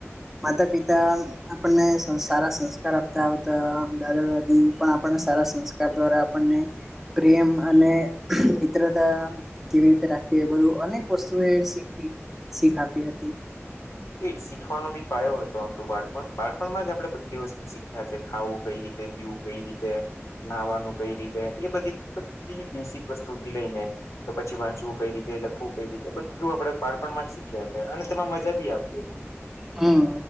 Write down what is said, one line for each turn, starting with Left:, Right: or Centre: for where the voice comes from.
Centre: માતા પિતા આપણને સારા સંસ્કાર આપતા આવતા દાદા દાદી પણ આપ સારા સંસ્કાર દ્વારા આપણને પ્રેમ અને મિત્રતા કેવી રીતે રાખવી એ બધું અનેક વસ્તુ એ શીખ આપી હતી
Left: એજ શીખવાનો બી પાયો હતો આપણું બાળપણ બાળપણમાં જ આપણે બધી વસ્તુ શીખ્યા છે ખાવું કઈ રીતે વ્યુ કઈ રીતે નાહવાનું કઈ રીતે એ બધી બધી બેસિક વસ્તુથી લઈને કે પછી વાંચવું કઈ રીતે લખવું કઈ રીતે બધું આપડે બાળપણમાં જ શીખ્યા છે અને તેમાં મજા બી આવે <inaudible>
Centre: હમ